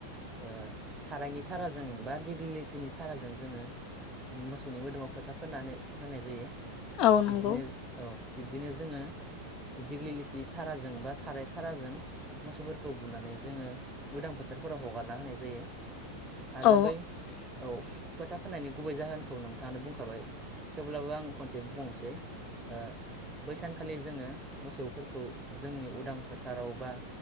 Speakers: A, on the right; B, on the left.
A: ओ थाराइनि थाराजों बा दिगिलिटिनि थाराजों जोङो मोसौनि मोदोमाव फोथा फोननानै होनाय जायो
B: औ नंगौ
A: बिब्दिनो औ बिब्दिनो जोङो दिग्लिलिथि थाराजों बा थाराय थाराजों मोसौफोरखौ बुनानै जोङो उदां फो थारफोराव हगारना होनाय जायो। आरो
B: औ
A: बै औ फोथा फोननायनि गुबै जाहोनखौ नोंथाङानो बुंखाबाय। थेवब्लाबो आं खनसे बुंनोसै ओ बैसानखालि जोङो मोसौफोरखौ जोंनि उदां फोथाराव बा